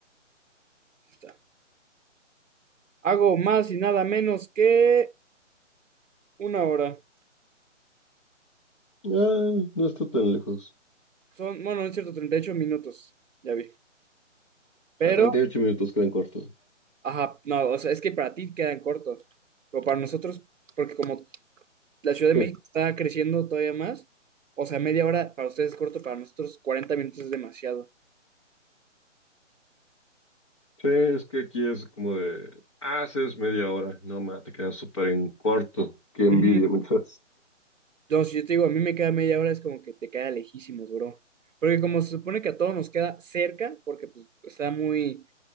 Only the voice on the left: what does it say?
Ah, no está tan lejos.
A 38 minutos quedan cortos.
<laughs>
Sí, es que aquí es como de, haces media hora, no ma, te quedas súper en corto. Qué envidia,
me quedas.